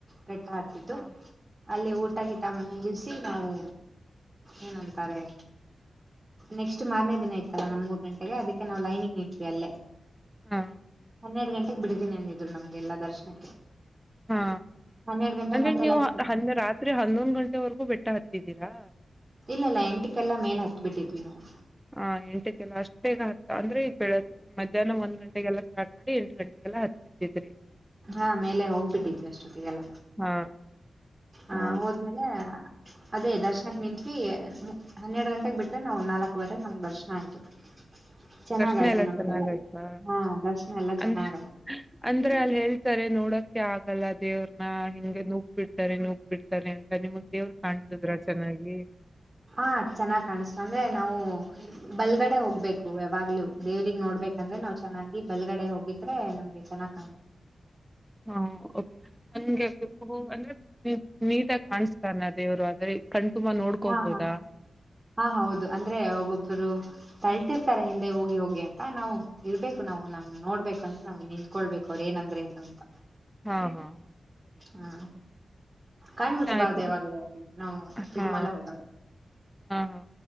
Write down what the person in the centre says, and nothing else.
ಹಾ
ಹಾ
ಹಾ
ಅಂದ್ರೆ
ನೀವು
ಹನ್ನ ರಾತ್ರಿ ಹನ್ನೊಂದ ಗಂಟೆವರೆಗೂ ಬೆಟ್ಟ ಹತ್ತಿದ್ದೀರಾ
ಹಾ ಎಂಟಕ್ಕೆಲ್ಲ ಅಷ್ಟ್ ಬೇಗ ಹ ಅಂದ್ರೆ ಬೆಳಗ್ ಮಧ್ಯಾಹ್ನ ಒಂದ ಗಂಟೆಗೆಲ್ಲಾ ಸ್ಟಾರ್ಟ್ ಮಾಡಿ ಎಂಟ ಗಂಟೆಗೆಲ್ಲಾ ಹತ್ಬಿಡ್ತಿದ್ರಿ......
ಹಾ
ಹ
ದರ್ಶನ ಎಲ್ಲ
ಚೆನ್ನಾಗಯ್ತಾ.
ಅಂದ್ರೆ
ಅಂದ್ರೆ ಅಲ್ ಹೇಳ್........ ತಾರೆ ನೋಡಕ್ಕೆ ಆಗಲ್ಲ ದೇವ್ರನ್ನ ಹಿಂಗೆ ನುಗ್ ಬಿಡ್ತಾರೆ ನುಗ್ ಬಿಡ್ತಾರೆ ಅಂತ ನಿಮಗ ದೇವ್ರು ಕಾಣ್ಸುದ್ರ ಚೆನ್ನಾಗಿ.....
ಹು ಓಕೆ <unintelligible> ಹ್ಮ್ ಅಂದ್ರೆ ಹ್ ನೀಟಾಗ್ ಕಾಣುಸ್ತಾ ಇಲ್ಲ ದೇವ್ರು ಅಂದ್ರೆ ಕಣ್ತುಂಬ ನೋಡ್ಕೋಬೋದಾ?
ಹಾ ಹಾ <unintelligible>
ಹ
ಹಾ
ಹಾ